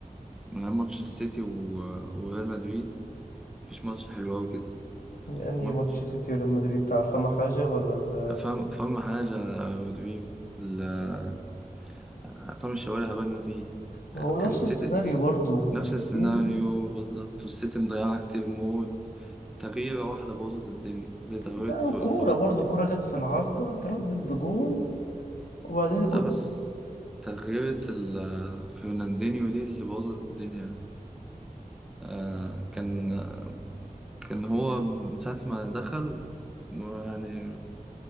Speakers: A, in the centre; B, on the left.
A: من أيام ماتش السيتي و... وريال مدريد مفيش ماتش حلو أوي كده
B: يعني أنهي
A: ماتش
B: ماتش سيتي وريال مدريد بتاع فما حاجة ولا ال...
A: فاهم فاهم حاجة يا رودريجو ال- عصام الشوالي هبلنا فيه
B: ما هو نفس
A: كان السيتي
B: السيناريو برضه في
A: نفس
B: دقيقتين
A: السيناريو بالظبط والسيتي مضيعة كتير موت تغييرة واحدة بوظت الدنيا زي تغييرة
B: لا
A: ف-
B: وكورة
A: فوست
B: برضه
A: دي
B: الكورة جت في العارضة تردد بجون وبعدها جون
A: لا بس تغييرة ال- فرناندينيو دي اللي بوظت الدنيا آه كان كان هو من ساعة ما دخل يعني